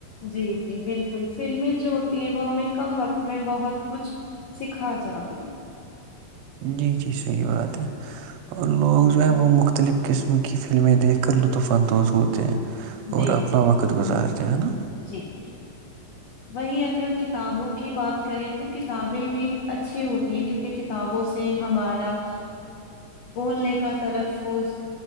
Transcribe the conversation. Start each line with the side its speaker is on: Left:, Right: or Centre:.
Left: جی جی بالکل فلمیں جو ہوتی ہیں وہ ہمیں کم وقت میں بہت کچھ سکھا جاتی ہے
Right: جی جی صحیح بات ہے اور لوگ جو ہے وہ مختلف قسم کی فلمیں دیکھ کر لطف اندوز ہوتے ہیں
Left: جی
Right: اور
Left: جی
Right: اپنا وقت
Left: جی
Right: گزارتے ہیں نا
Left: جی جی وہی اگر کتابوں کی بات کریں تو کتابیں بھی اچھی ہوتی ہیں کیونکہ کتابوں سے ہمارا بولنے کا تلفظ